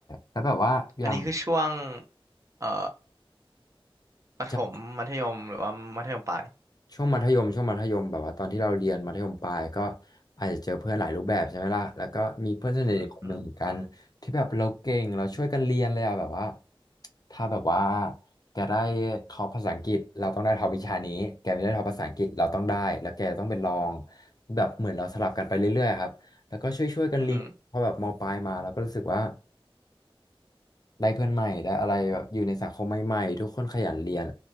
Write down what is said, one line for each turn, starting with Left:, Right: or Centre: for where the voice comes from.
Left: แล้วแบบว่าอย่าง
Right: อันนี้คือช่วงเอ่อประถมมัธยมหรือว่ามัธยมปลาย
Left: ใช่ ช่วงมัธยมช่วงมัธยมแบบว่าตอนที่เราเรียนมัธยมปลายก็อาจจะเจอเพื่อนหลายรูปแบบใช่ไหมล่ะแล้วก็มีเพื่อนสนิทอีกคนหนึ่งเหมือนกันที่แบบเราเก่งเราช่วยกันเรียนเลยอะแบบว่า
Right: อืมอืม
Left: ถ้าแบบว่าแกได้ท็อปภาษาอังกฤษเราต้องได้ท็อปวิชานี้แกไม่ได้ท็อปภาษาอังกฤษเราต้องได้แล้วแกต้องเป็นรองแบบเหมือนเราสลับกันไปเรื่อยๆอะครับแล้วก็ช่วยๆกันเรียนพอแบบมปลายมาเราก็รู้สึกว่า
Right: อืม
Left: ได้เพื่อนใหม่ได้อะไรแบบอยู่ในสังคมใหม่ๆทุกคนขยันเรียน